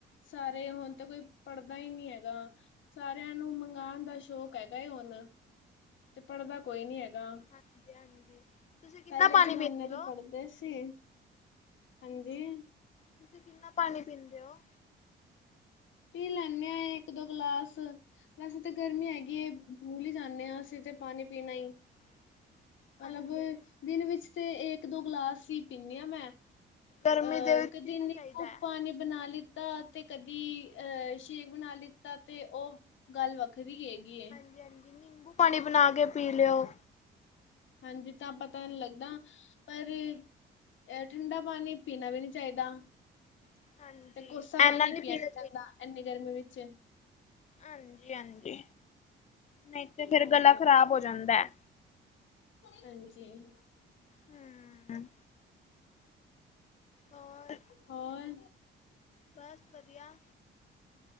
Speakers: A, on the left; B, on the left.
A: ਸਾਰੇ ਹੁਣ ਤਾਂ ਕੋਈ ਪੜ੍ਹਦਾ ਹੀ ਨਹੀ ਹੈਗਾ ਸਾਰਿਆਂ ਨੂੰ ਮੰਗਉਣ ਦਾ ਸ਼ੌਕ ਹੈਗਾ ਏ ਹੁਣ ਤੇ ਪੜ੍ਹਦਾ ਕੋਈ ਨੀ ਹੈਗਾ
B: ਹਾਂਜੀ, ਹਾਂਜੀ। ਤੁਸੀਂ ਕਿੰਨਾ
A: ਪਹਿਲੇ
B: ਪਾਣੀ
A: ਜਮਾਨੇ
B: ਪੀਂਦੇ
A: ਦੇ
B: ਹੋ?
A: ਦੇਸੀ ਹਾਂਜੀ।
B: ਤੁਸੀ, ਕਿੰਨਾ ਪਾਣੀ ਪੀਂਦੇ ਹੋ?
A: ਪੀ ਲੈਂਨੇ ਆ, ਇਕ-ਦੋ ਗਲਾਸ। ਵੈਸੇ ਤੇ ਗਰਮੀ ਹੈਗੀ ਏ, ਭੁਲ ਹੀ ਜਾਂਨੇ ਆ, ਅਸੀ ਤਾ ਪਾਣੀ ਪੀਣਾ ਈ।
B: <inaudible>
A: ਮਤਲਬ
B: ਹਾਂਜੀ।
A: ਦਿਨ ਵਿਚ ਤੇ, ਏਕ-ਦੋ ਗਲਾਸ ਹੀ ਪੀਂਨੀ ਆ, ਮੈਂ।
B: ਗਰਮੀ
A: ਅਹ
B: ਦੇ ਵਿੱਚ
A: ਕਦੀ
B: ਪੀਣਾ
A: ਨਿੰਬੁ
B: ਚਾਹੀਦਾ ਹੈ
A: ਪਾਨੀ ਬਣਾ ਲਿੱਤਾ, ਤੇ ਕਦੀ ਅਹ ਸ਼ੇਕ ਬਣਾ ਲਿੱਤਾ, ਤੇ ਉਹ ਗੱਲ ਵੱਖਰੀ ਏ। ਹੈਗੀ
B: ਹਾਂਜੀ-ਹਾਂਜੀ। ਨਿੰਬੂ ਪਾਣੀ ਬਣਾਕੇ ਪੀ ਲਿਓ।
A: ਹਾਂਜੀ, ਤਾਂ ਪਤਾ ਨਹੀ ਲੱਗਦਾ, ਪਰ ਇਹ ਠੰਡਾ ਪਾਨੀ ਪੀਣਾ ਵੀ ਨੀ ਚਾਹੀਦਾ।
B: ਹਾਂਜੀ
A: ਤੇ ਕੋਸਾ ਪਾਣੀ
B: ਇਨਾ ਨਹੀਂ
A: ਪਿਆ
B: ਪੀਣਾ
A: ਨੀ ਜਾਂਦਾ, ਇੰਨੀ ਗਰਮੀ ਵਿੱਚ।
B: ਆਂਜੀ-ਆਂਜੀ, ਨਹੀ ਤੇ ਫੇਰ
A: ਹਾਂਜੀ
B: ਗਲਾ ਖ਼ਰਾਬ ਹੋ ਜਾਂਦਾ‌।
A: ਹਾਂਜੀ।
B: ਹਮ ਹੋਰ
A: ਹੋਰ
B: ਬਸ ਵਧੀਆ।